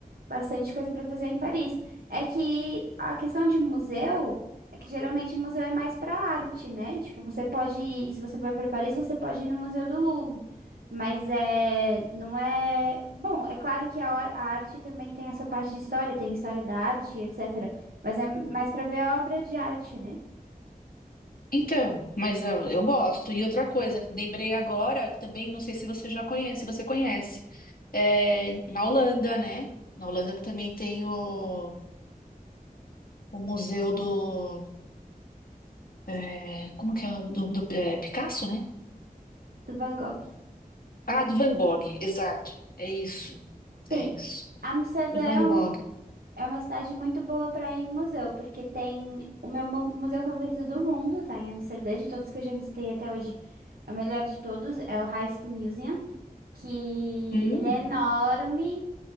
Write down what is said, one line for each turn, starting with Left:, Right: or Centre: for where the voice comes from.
Right: bastante coisa para fazer em Paris. É que a questão de museu é que geralmente museu é mais para arte, né? Tipo, você pode ir, se você for para Paris, você pode ir no Museu do Louvre. Mas é, não é. Bom, é claro que a, hor- a arte também tem essa parte de história, tem história da arte, etc. Mas é mais para ver a obra de arte, né?
Left: Então, mas eu, eu gosto. E outra coisa, lembrei agora, também não sei se você já conhece, se você conhece, é, na Holanda, né? Na Holanda que também tem o, o museu do, é, como que é, o- do, do é, Picasso, né?
Right: Do Van Gogh.
Left: Ah, de Van Gogh, exato. É isso,
Right: Tem.
Left: é isso.
Right: Amsterdã
Left: Van Gogh.
Right: É uma cidade muito boa para ir em museu, porque tem o meu mu- museu favorito do mundo, tá? Em Amsterdã, de todos que eu já visitei até hoje. É o melhor de todos, é o Rijksmuseum, que
Left: Hum.
Right: ele é enorme